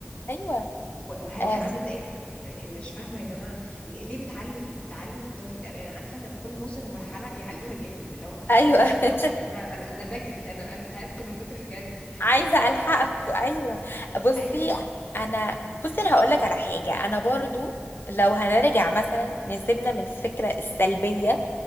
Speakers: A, on the left (about 60°); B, on the left (about 30°).
A: ايوه
B: و- وهل
A: آه.
B: هعمل ده امتى يعني مش فاهمه يا جماعه ل- ليه بتعلوا بتعلوا التارجت قوي انا عارفه انا كل ما اوصل لمرحله يعلوها جامد اللي هو
A: ايوه
B: انا مش لاحقة
A: <laughs>
B: يا جماعه انا انا بجري انا انا تعبت من كتر الجري
A: عايزة الحقك ايوه بصي
B: ايوه
A: انا بصي انا هقولك على حاجة انا برضو لو هنرجع مثلا نسيبنا من الفكرة السلبية